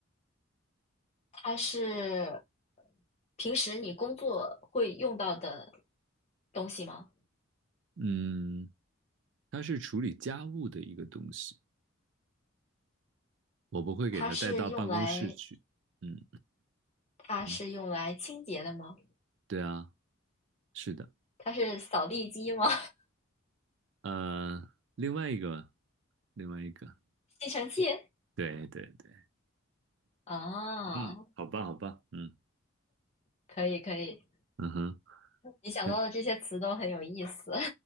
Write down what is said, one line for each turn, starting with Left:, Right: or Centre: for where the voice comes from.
Left: 它是平时你工作会用到的东西吗？
Right: 嗯，它是处理家务的一个东西，我不会给它带到办公室去。
Left: 它是用来
Right: 嗯
Left: 它是用来清洁的吗？
Right: 嗯，对啊，是的。
Left: 它是扫地机吗？
Right: 呃，另外一个，另外一个，
Left: <laughs> 吸尘器？
Right: 对对对，
Left: 啊，
Right: 嗯，好吧好吧，嗯
Left: 可以可以，
Right: 嗯哼，
Left: 你想到的这些词都很有意思
Right: 哎，